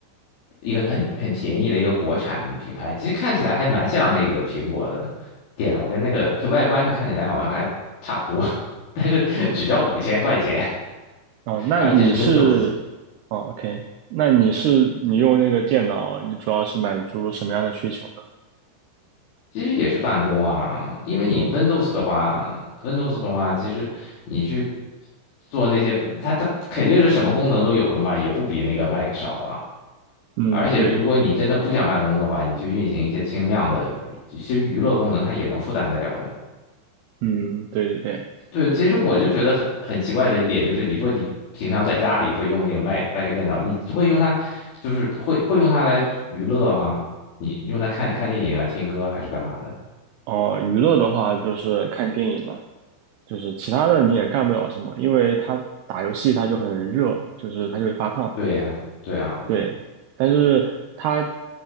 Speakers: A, on the left (about 50°); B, on the right (about 90°).
A: 一个很很便宜的一个国产的品牌，其实看起来还蛮像那个苹果的电脑，跟那个就外观上看起来好像还差不多，<laughs> 但是只要五千块钱，
B: 哦哦，那你是
A: 而且是 Windows
B: 哦，OK，那你是你用那个电脑，你主要是满足什么样的需求呢？
A: 其实也是办公啊，因为你
B: 嗯
A: Windows 的话，Windows 的话，其实你去做那些，它它肯定是什么功能都有的嘛，也不比那个 Mac 少啊。
B: 嗯，
A: 而且如果你真的不想办公的话，
B: 对，
A: 你去运行一些轻量的娱其实娱乐功能它也能负担得了的。
B: 嗯对对对，
A: 对，其实我就觉得很很奇怪的一点就是，你说你平常在家里会用那个 Mac Mac 电脑，你会用它，就是会会用它来娱乐吗？你用它看看电影啊、听歌还是干嘛的？
B: 哦，娱乐的话就是看电影了，就是其他的你也干不了什么，因为它打游戏它就很热，就是它就会发烫。
A: 对呀，对呀。
B: 对，但是它